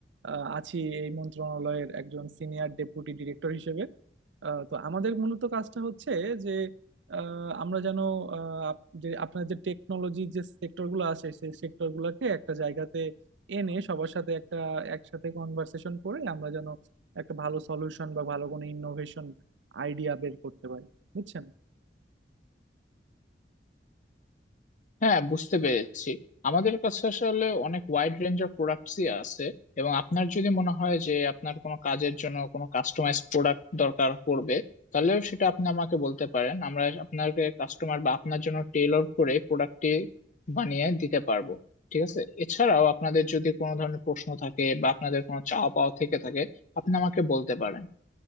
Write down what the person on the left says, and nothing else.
হ্যাঁ বুঝতে পেরেছি আমাদের কাছে আসলে অনেক ওয়াইড রেঞ্জ অফ প্রোডাক্টসই আছে এবং আপনার যদি মনে হয় যে আপনার কোনো কাজের জন্য কোনো কাস্টমাইজ প্রোডাক্ট দরকার পড়বে তাহলেও সেটা আপনি আমাকে বলতে পারেন আমরা আপনাকে কাস্টমার বা আপনার জন্য টেইলর করে প্রোডাক্টটি বানিয়ে দিতে পারবো ঠিক আছে এছাড়াও আপনাদের যদি কোনো ধরনের প্রশ্ন থাকে বা আপনাদের কোনো চাওয়া পাওয়া থেকে থাকে আপনি আমাকে বলতে পারেন